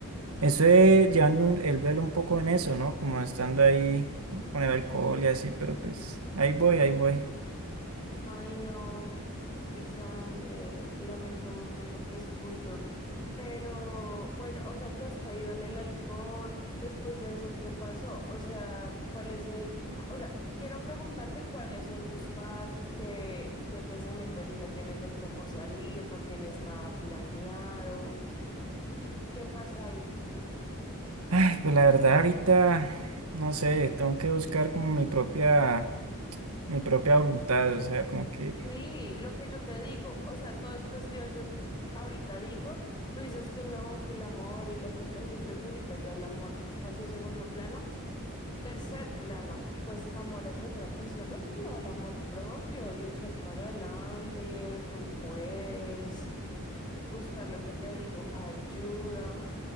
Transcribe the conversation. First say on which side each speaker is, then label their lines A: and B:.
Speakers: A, on the right (about 75°); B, on the left (about 20°).
A: estuve llevando un- el velo un poco en eso, ¿no? Como estando ahí con el alcohol y así, pero pues ahí voy, ahí voy.
B: Ay, no, Alexander, lamento mucho lo que escucho. Pero bueno, o sea, que has caído en el alcohol. Después de eso, ¿qué pasó? O sea, ¿cuál es el, o sea, quiero preguntarte cuáles son tus pasos, qué, qué pensamiento ahorita tienes de cómo salir, no tienes nada planeado, ¿qué pasa ahí?
A: Ay, pues la verdad ahorita, no sé, tengo que buscar como mi propia, mi propia voluntad, o sea, como que
B: Sí, lo que yo te digo, o sea, todo es cuestión, yo ahorita digo, tú dices que no, que el amor y la cuestión, yo creo que ahorita ya el amor pasa a un segundo plano Tercer plano, pues amor hacia otra persona, sino al amor propio y echar para adelante, tú puedes buscar lo que te digo, ayuda